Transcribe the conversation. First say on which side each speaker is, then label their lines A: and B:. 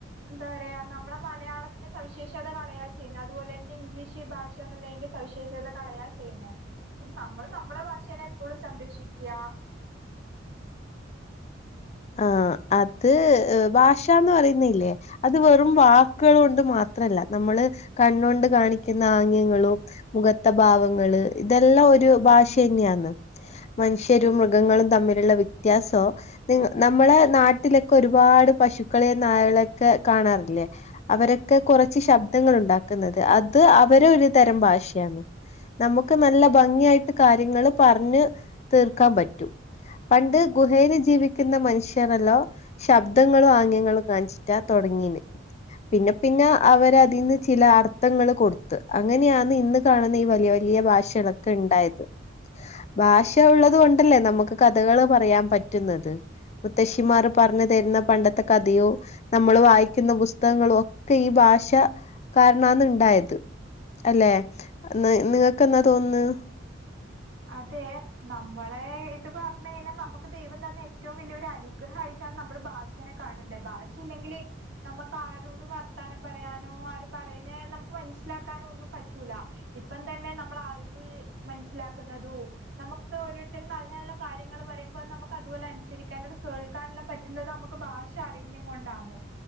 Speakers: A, on the right; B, on the left.
A: എന്താ പറയാ നമ്മള മലയാള ന്റെ സവിേഷത കളയ ചെയ്യുന്നത് അതുപോലെ തന്നെ ഇംഗ്ലീഷ് ഭാഷന്നുള്ളതിന്റെ സവിശേഷത കളയാ ചെയ്യുന്നത് നമ്മള് നമ്മളെ ഭാഷേനെ എപ്പോഴും സംരക്ഷിക്കാ
B: ആഹ അത് ഭാഷന്ന് പറയുന്നില്ലേ. അത് വെറും വാക്കുകൾ കൊണ്ട് മാത്രല്ല. നമ്മള് കണ്ണൊണ്ട് കാണിക്കുന്ന ആംഗ്യങ്ങളും. മുഖത്ത ഭാവങ്ങള് ഇതെല്ലാം ഒരു ഭാഷ തന്നെയന്ന്. മനുഷ്യരും മൃഗങ്ങളും തമ്മിലുള്ള വ്യത്യാസവും. നി നമ്മളെ നാട്ടിലൊക്കെ ഒരുപാട് പശുക്കളെ നായളൊക്കെ കാണാറില്ലേ. അവരൊക്കെ കുറച്ച് ശബ്ദങ്ങൾ ഉണ്ടാക്കുന്നത് അത് അവര് ഒരു തരം ഭാഷയാണ് നമുക്ക് നല്ല ഭംഗിയായിട്ട് കാര്യങ്ങൾ പറഞ്ഞ് തീർക്കാൻ പറ്റൂ. പണ്ട് ഗുഹേയിൽ ജീവി ക്കുന്ന മനുഷ്യർല്ലോ ശബ്ദങ്ങളും ആംഗ്യങ്ങളും കാണിച്ചിട്ടാ തുടങ്ങീന്. പിന്നെ പിന്നെ അവര് അതിൽന്ന് ചില അർത്ഥങ്ങൾ കൊടുത്ത് അങ്ങനെയാണ് ഇന്ന്. കാണുന്ന ഈ വലിയ വലിയ ഭാഷകളൊക്കെ ഉണ്ടായത്.
A: <inaudible>
B: ഭാഷ ഉള്ളത് കൊണ്ടല്ലേ നമുക്ക് കഥകള് പറയാൻ പറ്റുന്നത്. മുത്തശ്ശിമാർ പറഞ്ഞു തരുന്ന പണ്ടത്തെ കഥയും. നമ്മൾ വായിക്കുന്ന പുസ്തകങ്ങളും ഒക്കെ ഈ ഭാഷ കാരനാണ് ഉണ്ടായത്. അല്ലെ നിങ്ങൾക്ക്ന്താ തോന്നന്ന്.
A: അതെ നമ്മളെ ഇത് പറഞ്ഞു കഴിഞ്ഞാൽ നമുക്ക് ദൈവം തന്ന ഏറ്റവും വലിയ ഒരു അനുഗ്രഹയിട്ടാണ്. നമ്മള് ബ മനുഷ്യനെകണട് ഭാഷ ഇല്ലെങ്കില്. നമുക്ക് ആരോട് വർത്താനം പറയാനോ ആരും പറയുന്നേ നമുക്ക് മനസ്സിലാക്കാനോ ഒന്നും പറ്റൂല. ഇപ്പം തന്നെ നമ്മള അറിവ് മനസ്സിലാക്കുന്നതു. നമുക്ക് ഓരോരുത്തരും നല്ല നല്ല കാര്യങ്ങൾ പറയുമ്പോ നമുക്ക് അതുപോലെ അനുസരിക്കാനും. അത് കേൾക്കാനുള്ള പറ്റുന്നത് നമുക്ക് ഭാഷ അറിയുന്ന കൊണ്ടാണ്.